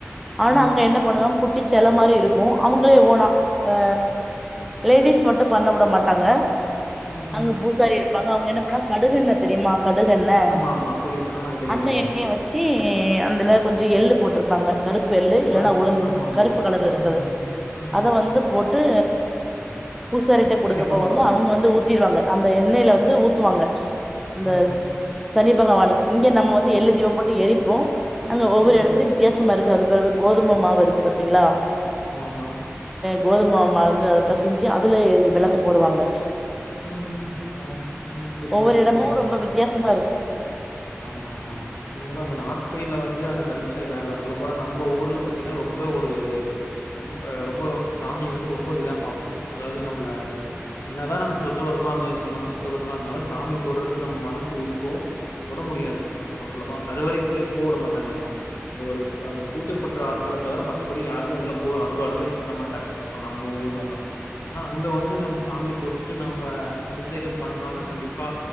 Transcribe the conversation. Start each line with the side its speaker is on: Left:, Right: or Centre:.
Centre: ஆனா
Left: ம்.
Centre: அங்க என்ன பண்ணுவாங் குட்டி செல மாரி இருக்கு அவுங்களே ஓனா அ லேடிஸ் மட்டு பண்ண வுட மாட்டாங்க
Left: ம்ஹ்ம்.
Centre: அங்க பூசாரி இருப்பாங்க அவுங்க என்ன பண்ணா கடுகு எண்ணெ தெரியுமா கடுகு எண்ணெ
Left: ஆமா, ஆமா. புரியுது. ஆமா, தெரியும்,
Centre: அந்த
Left: தெரியும்.
Centre: எண்ணெய வச்சு அந்துல கொஞ்சி
Left: ம்.
Centre: எள்ளு போட்ருப்பாங்க கருப்பு எள்ளு இல்லன்னா
Left: ஆ,
Centre: உளுந்து
Left: ஆ. ஆமா, ஆமா.
Centre: கருப்பு கலர் இருக்கற
Left: ம்ஹ்ம். ம்ஹ்ம்.
Centre: அத வந்து போட் டு பூசாரிட்ட கொடுக்கப்
Left: சனி பகவானுக்கு
Centre: போவோந்தா அவுங்க
Left: ஏத்தாப்ல.
Centre: வந்து ஊத்திருவாங்க அந்த எண்ணெயில வந் து ஊத்துவாங்க அந்த
Left: ஆஹா
Centre: சனி பகவானுக்கு இங்க நம்ம வந்து எள்ளு தீபோ போட்டு எரிப்போ அங்க ஒவ்வொரு
Left: ம்.
Centre: எடத்துலயு வித்யாசமா இரு க அது பெறவு கோதும மாவு இருக்கு பாத்தீங்ளா
Left: ஆமா ஆமா
Centre: கோதும் மாவு வந்து அத பெசஞ்சி அதுலயே விளக்கு போடுவாங்க
Left: ம் ம் பாரே ம் புரியுது
Centre: ஒவ்வொரு
Left: புரியுது
Centre: எடமு ரொம்ப வித்தியாசமா இருக்கு
Left: ஆமாமா உண்ம தா அந்த நார்த் சைட்ல வந்து அந்த கல்ச்ரே வேறதா சொல்ல போல நம்ப ஊர்ல பாத்தீனா ரொம் ரொம்ப ஒரு ரொம் ஆ ரொம்ப சாமிய வந்து ரொம்ப இதா பாப்போ அதாவது நம்மள என்னதா நம்ம சுத்த பத்தமா இருந்தங்க சொன்னாம சுத்த பத்தமா இருந்தாலு சாமி தொட்றதுக்கு நம் மனசு உருத்து தொட முடியாது ஒரு தலபா கருவறைக்குள்ளே போவுட மாட்டாங்க நம்மல அந்த ஒரு அந்த பூஜ பண்ற ஆட்கள தவர மத்தபடி யாருமே உள்ள போ அனுப அனுமதி பண்ண மாட்டாங்க சொல்லப்போன் நம்போ ஊர்லெல்லா ஆனா அங்க வந்து நம்ம சாமிய தொட்டு நம் நம்ப அபிஷேகம் பண்றோனா கண்டிப்பா